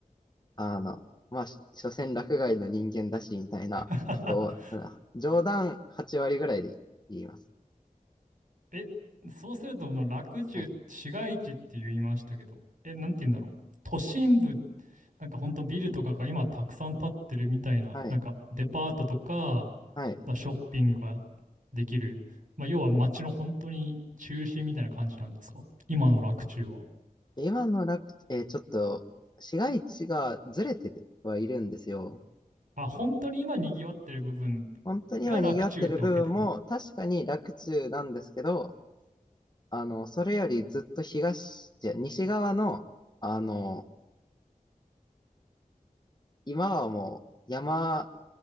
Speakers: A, on the left; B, on the right.
A: あの、まあ、し所詮落外の人間だし、みたいなことを、
B: <laughs>
A: あ冗談8割ぐらいで言います。
B: え、そうすると、この洛中、
A: はい。
B: 市街地って言いましたけど、え、なんて言うんだろう。都心部、なんかほんとビルとかが今たくさん建ってるみたいな、
A: はい。
B: なんかデパートとか、
A: はい。
B: まあ、ショッピングができる、まあ、要は街の本当に中心みたいな感じなんですか今の洛中は。
A: 今の楽、えーちょっと、市街地がずれてはいるんですよ。
B: あ、本当に今賑わってる部分
A: 本当には賑わってる部分も、
B: が洛中ってわけではない。
A: 確かに楽中なんですけど、あの、それよりずっと東、じゃ、西側の、あの、今はもう山、